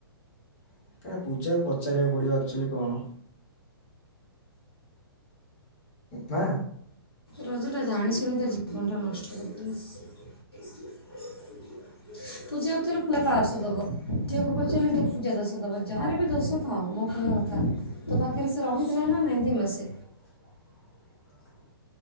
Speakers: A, on the left; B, on the left.
A: ଏଇଟା ପୂଜାକୁ ପଚାରିବାକୁ ପଡିବ ଅକଚୁଆଲ କଣ? ନା
B: ରଜଟା ଜାଣିଶୁଣି ତା ଜୀବନଟା ନଷ୍ଟ କରିଦେଲା। ପୂଜା ଉପଜ ପୁୁର ତାରଶ ଦବ। ିଅକୁ ପଚାରିଲେ ଟେ ପୂଜା ଦୋଷ ଦେବ ଯାହାର ବି ଦୋଷ ଥାଉ ମୋ କହିବା କଥା ତୋ ପାଖରେ ସେ ରହିିବ ନା ନେନ୍ଦି ମାସେ
A: <inaudible>